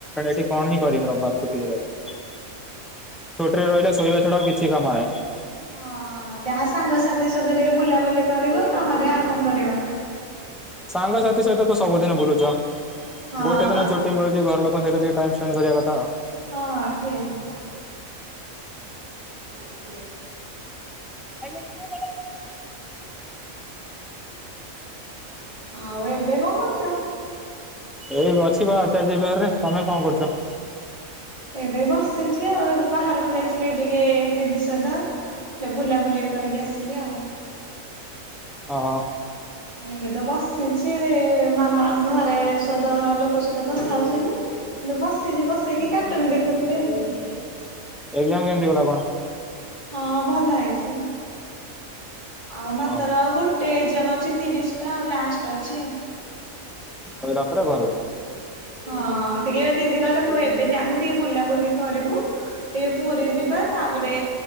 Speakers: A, in the centre; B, on the right.
A: ଏଠି କଣ ହିଁ କରିବି ରବାର ଚୁଟି ଛୁଟିରେ ରହିଲେ ଶୋଇବା ଛଡ଼ା ଆଉ କିଛି କାମ ନାହିଁ
B: ହଁ ଯାହା ସାଙ୍ଗସାଥି ସହିତ ଟିକେ ବୁଲାବୁଲି କରିବ। ନହେଲେ ଆଉ କଣ କରିବ।
A: ସାଙ୍ଗସାଥି ସହିତ ତ ସବୁଦିନ ବୁଲୁଛ
B: ହଁ
A: ଗୋଟେ ଦିନ ଛୁଟି ମିଳୁଛି ଘର ଲୋକଙ୍କ ସହିତ ଟିକେ ଟାଇମ୍ ସ୍ପେ ସ୍ପେଣ୍ଡ୍ କରିବା କଥା ଆଉ।
B: ହଁ ଠିକ୍। <inaudible>
A: <inaudible>
B: ଆଉ ଏବେ କଣ କରୁଛ?
A: ଏଇ ଅଛିିବା ଆଚାର୍ଯ୍ୟ ବିହାରରେ। ତମେ କଣ କରୁଛ?
B: ଏବେ ବସିଛି ଆଉ ଏବେ ବାହାରକୁ ଯାଇଥିଲି ଟିକେ ଦିଦି ସହିତ। ବେ ବୁଲାବୁଲି କରିକି ଆସିଲି ଆଉ।
A: ଅହୋ।
B: ଆ ଏବେ ତ ବସିଛି ମାମା ଘରେ ସହିତ ଲୋକ ସହିତ କଥା ହଉଥିଲି। ଏବେ ବସିଛି ବସିକି କାଟୁନ ଦେଖୁଥିଲି ଆ
A: ଏକ୍ଜାମ କେମିତି ଗଲା କଣ?
B: ହଁ ଭଲ ହେଇଛି ଆଉ ମାତର
A: ଓହୋ
B: ଗୋ ଟେ ଏକ୍ଜାମ ଅଛି ତିରିଶ ଟା ଆ ଲାଷ୍ଟ ଅଛି ଆଉ।
A: ସଇଲା ପରେ ଘରକୁ।
B: ହଁ ଟିକେ ଦିଦି କଲେ ତୁ ଏବେ ଜାଆନି ଟିକେ ବୁଲାବୁଲି କରିବୁ। ଟିକେ ପୁରୀ ଯିବା ତାପରେ